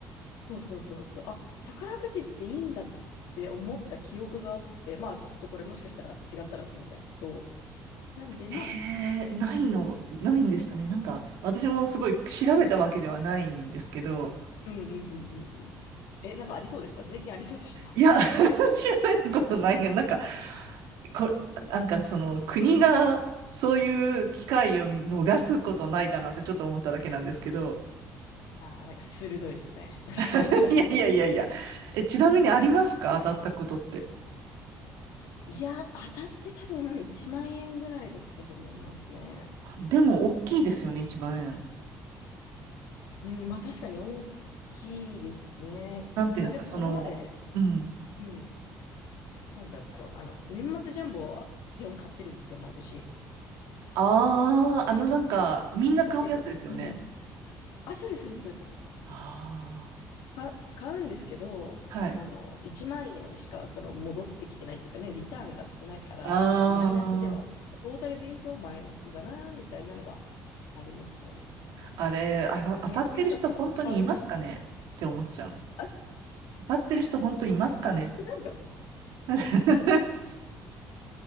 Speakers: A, on the left; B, on the right.
A: そうそうそうそう。あ、宝くじっていいんだって思った記憶があって、まあちょっとこれもしかしたら違ったらすいません。そう。なんで、まあ
B: えーないの、ないんですかね。なんか、私もすごい調べたわけではないんですけど、
A: うんうんうんうんうん。え、なんかありそうでした税金ありそうでした
B: いや、<laughs> 調べたことないが、なんか、こ、なんかその国がそういう機会を逃すことないかなってちょっと思っただけなんですけど、
A: あ <laughs> あー、なんか鋭いっすね。<laughs>
B: <laughs>
A: なんか
B: いやいやいやいや、え、ちなみにありますか当たったことって。
A: いや、当たって多分1万円ぐらいだったと思いますね。
B: でも、大きいですよね、一万円。
A: うん、まあ確かに大きいですね。
B: なんていうんですか、
A: まあでもこれまで、
B: その、うん。
A: うん、なんだろう、あの、年末ジャンボは基本買ってるんですよ、毎年。
B: ああ、あのなんか、みんな買うやつですよね。
A: だけど、うん。あ、それそれそれ。
B: ああ。
A: か買うんですけど、
B: はい。
A: あの、1万円しかその戻ってきてないっていうかね、リターンが少ないから、
B: ああ、
A: まあ、マイナスでは、トータルで言うとマイナスだな、みたいなのはありますね。
B: あれ、あた、当たってる人本当にいますかねって思っちゃうの。
A: ね、ゆかさん、買うあ、
B: 当たってる人本当にいますかね
A: 当たってないんだ。
B: <laughs>